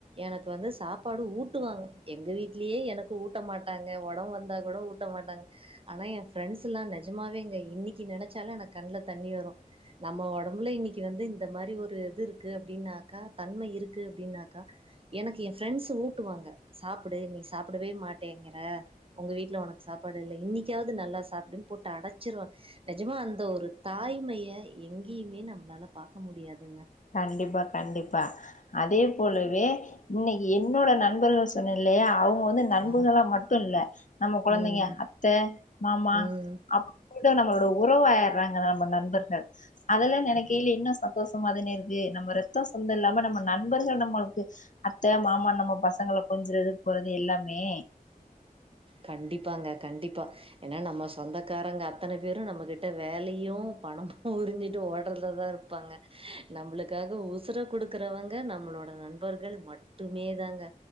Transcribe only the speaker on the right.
எனக்கு வந்து சாப்பாடு ஊட்டுவாங்க எங்க விட்டுலயே எனக்கு ஊட்ட மாட்டாங்க உடம்பு ஊட்ட மாட்டாங்க ஆனா என் பிரெண்ட்ஸ்ல்லா நெஜமாவேங்க இன்னைக்கு நினைச்சாலு எனக்கு கண்ல தண்ணி வரு நம்ம நம்லு இன்னைக்கு வந்து இந்த மாரி ஒரு இது இருக்கு அப்படின்னாக்கா தன்மை இருக்கு அப்படின்னாக்கா எனக்கு என் ப்ரண்ட்ஸ் ஊட்டுவாங்க சாப்புடு நீ சாப் சாப்டவே மாட்டேங்கிற உங்க வீட்டுல உனக்கு சாப்பாடு இல்ல இன்னிக்கு யாவது நல்லா சாப்பிடு போட்டு அடைச்சிருவன் நிஜமா அந்த ஒரு தாய்மையை எங்க ங்கேயுமே நம்மளால பார்க்க முடியாதுங்க
ஆ
ம்
ம்
ம்.
கண்டிப்பாங்க கண்டிப்பா ஏன்னா நம்ம சொந்தக்காரங்க அத்தனை பேரு நம்மகிட்ட வேலையு பணமத்துக்கு உறிஞ்சுட்டு ஓட அதுல தான் இருப்பாங்க நம்மளுக்காக உசுர குடுக்குறவங்க நம்மளோட நண்பர்கள் மட்டுமே தாங்க